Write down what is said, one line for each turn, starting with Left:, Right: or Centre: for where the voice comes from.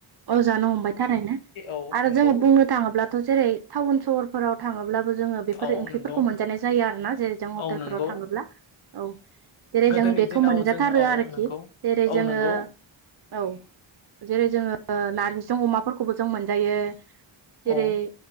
Right: औ जानो हमबाय थारैनो
Left: औ
Right: आरो
Left: नंगौ
Right: जोङो बुंनो थाङोब्लाथ' जेरै टाउन सहरफोराव थाङोब्लाबो जोङो बेफोर
Left: औ
Right: ओंख्रिफोरखौ
Left: नंगौ
Right: मोनजानाय जायो आरो ना जेरै जों हटेलफोराव
Left: औ नंगौ
Right: थाङोब्ला। औ जेरै
Left: गोदोनि
Right: जों बेखौ
Left: दिनाव
Right: मोनजाथारो
Left: जों औ
Right: आरोखि
Left: नंगौ
Right: जेरै
Left: औ
Right: जोङो
Left: नंगौ
Right: औ। जेरै जोङो नारजिजों अमाफोरखौबो जों मोनजायो
Left: औ
Right: जेरै